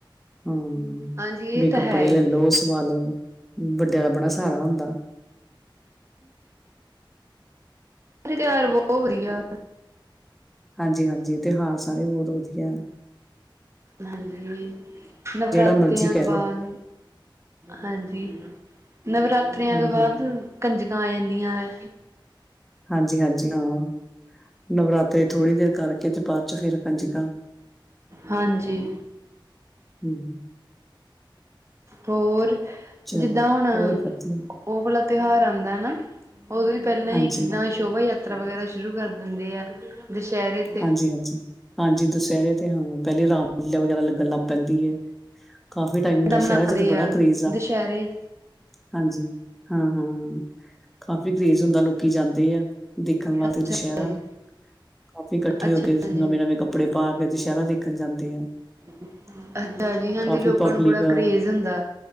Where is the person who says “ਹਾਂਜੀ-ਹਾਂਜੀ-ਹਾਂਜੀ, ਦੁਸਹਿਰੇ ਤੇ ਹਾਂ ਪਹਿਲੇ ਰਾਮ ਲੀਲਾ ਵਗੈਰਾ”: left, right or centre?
Centre